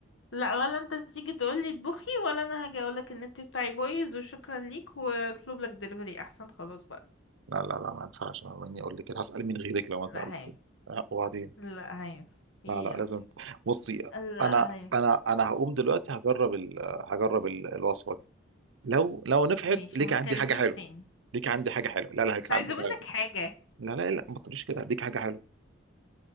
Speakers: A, on the left; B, on the right.
A: لا ولا انت تيجي تقول لي اطبخي ولا انا هاجي اقول لك النت بتاعي بايظ وشكرا ليك واطلب لك دليفري احسن خلاص بقى
B: لا لا لا ما ينفعش مني اقول لك كده هسأل مين غيرك لو ما
A: لا
B: سألت
A: هي
B: لا، وبعدين
A: لا هي هي
B: لا لا لازم بصي
A: لا
B: انا
A: هي
B: انا انا هقوم دلوقتي هجرب ال... هجرب ال- الوصفه دي لو لو نفعت
A: ماشي
B: ليك
A: وما تكلمنيش
B: عندي حاجه حلوه
A: تاني
B: ليك عندي حاجه حلوه لا لا ليك
A: مش عايزه
B: عندي
A: منك
B: حاجه حلوه.
A: حاجه
B: لا لا لا ما تقوليش كده ليك حاجه حلوه